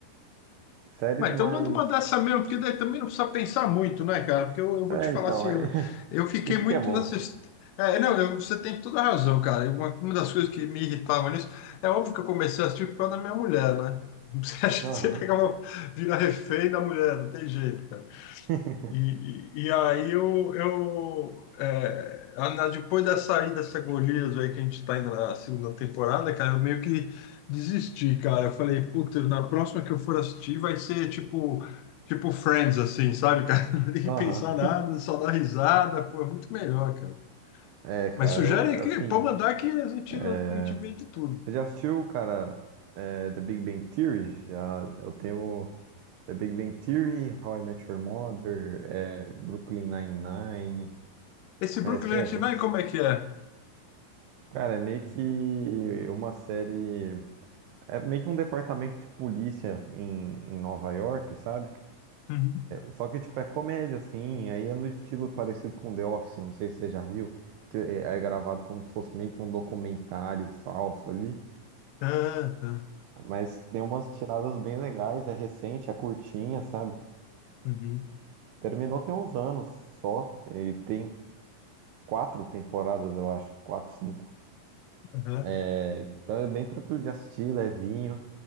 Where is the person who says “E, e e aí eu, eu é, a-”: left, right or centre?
Left